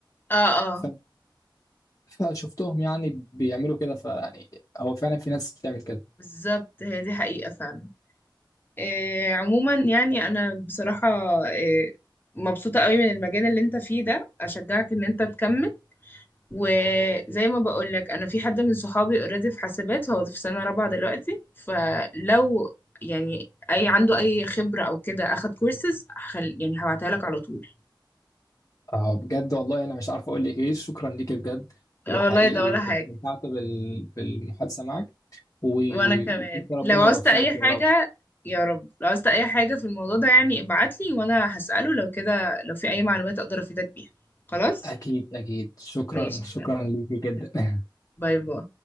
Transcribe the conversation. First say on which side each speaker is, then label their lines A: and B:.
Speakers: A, on the left (about 25°); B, on the left (about 40°).
A: اه اه
B: ف... فشفتهم يعني بيعملوا كده فيعني هو فعلا في ناس بتعمل كده
A: بالظبط هي دي حقيقة فعلا آه، عموما يعني انا بصراحة آه، مبسوطة قوي من المجال اللي انت فيه ده اشجعك ان انت تكمل وزي ما بقول لك انا في حد من صحابي اوريدي في حاسبات هو في سنة رابعة دلوقتي فلو يعني اي عنده اي خبرة او كده اخد كورسز هخل... يعني هبعتها لك على طول
B: آه بجد والله انا مش عارف اقول لك ايه شكرا ليك بجد وحقيقي
A: آه، والله ده ولا حاجة
B: استمتعت بال... بالمحادثه معك وبجد
A: وانا كمان
B: ربنا
A: لو عوزت
B: يوفقك
A: اي حاجة
B: يا رب
A: يا رب لو عوزت اي حاجة في الموضوع ده يعني ابعتلي وانا هسأله لو كده لو في اي معلومات اقدر افيدك بيها خلاص
B: اكيد اكيد شكرا
A: ماشي
B: شكرا ليك جدا <laughs>
A: باي باي